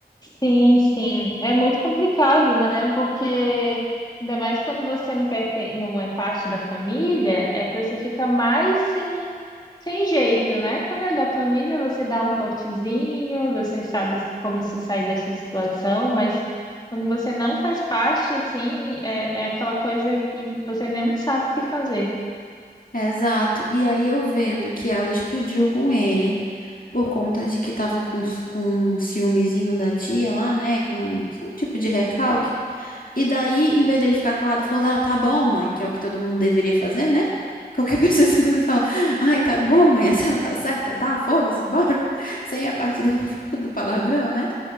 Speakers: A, on the left; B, on the left.
A: Sim, sim. É muito complicado, né? Porque ainda mais quando você não pertence, não é parte da família, é você fica mais sem, sem jeito, né? Quando é da família, você dá um cortezinho, você sabe como se sair dessa situação, mas quando você não faz parte, assim, é, é aquela coisa que você nem sabe o que fazer.
B: Exato. E aí eu vendo que ela explodiu com ele por conta de que tava com, s- com um ciúmezinho da tia lá, né? Com um tipo de recalque. E daí, em vez dele ficar calado, falou: Ah, tá bom, mãe, que é o que todo mundo deveria fazer, né? <laughs> Qualquer pessoa em segundo fala: Ai, tá bom, mãe, a senhora tá certa, tá? Foda-se, bora. <laughs> Sem a parte do, <laughs> do palavrão, né?